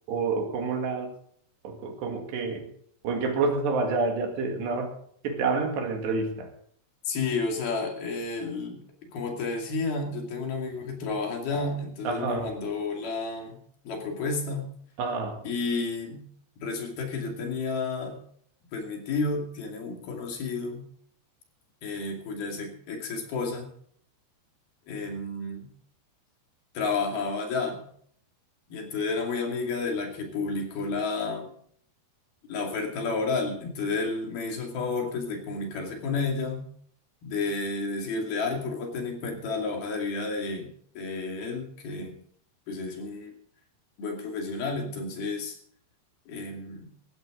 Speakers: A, on the right (about 70°); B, on the left (about 60°).
A: o, o cómo la o co- cómo que, o en qué proceso vas? Ya, ya te, nada más que te hablen para la entrevista.
B: Sí, o sea, el- como te decía, yo tengo un amigo que trabaja allá, entonces
A: Ajá,
B: él me mandó la, la propuesta
A: ajá.
B: y resulta que yo tenía, pues mi tío tiene un conocido eh, cuya ex, esposa em, trabajaba allá y entonces era muy amiga de la que publicó la, la oferta laboral. Entonces él me hizo el favor pues de comunicarse con ella, de decirle, ay, porfa, ten en cuenta la hoja de vida de, de él, que pues es un buen profesional. Entonces, em,